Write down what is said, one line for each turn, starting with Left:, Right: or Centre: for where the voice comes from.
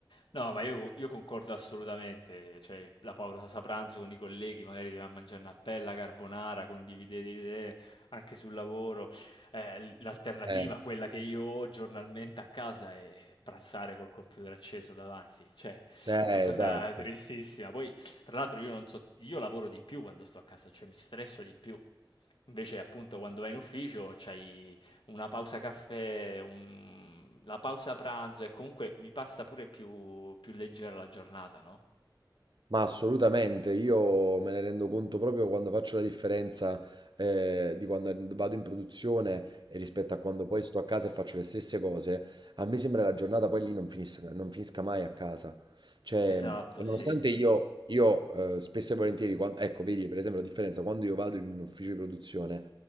Left: No, ma io io concordo assolutamente, cioè il la pausa pranzo con i colleghi, magari ti vai a mangiare una bella carbonara, condividete idee anche sul lavoro. Eh, l l'alternativa,
Right: Eh,
Left: quella che io ho giornalmente a casa, è pranzare col computer acceso davanti, cioè
Right: eh,
Left: una cosa
Right: esatto.
Left: tristissima. Poi, tra l'altro, io non so io lavoro di più quando sto a casa, cioè mi stresso di più. Invece, appunto, quando vai in ufficio c'hai una pausa caffè, un la pausa pranzo e comunque mi passa pure più più leggera la giornata, no.
Right: Ma assolutamente, io me ne rendo conto proprio quando faccio la differenza eh, di quando vado in produzione e rispetto a quando poi sto a casa e faccio le stesse cose. A me sembra la giornata poi lì non finisca, non finisca mai a casa. Cioè,
Left: Esatto,
Right: e
Left: sì.
Right: nonostante
Left: Eh,
Right: io, io eh, spesso e volentieri, quan- ecco, vedi per esempio la differenza, quando io vado in un ufficio di produzione,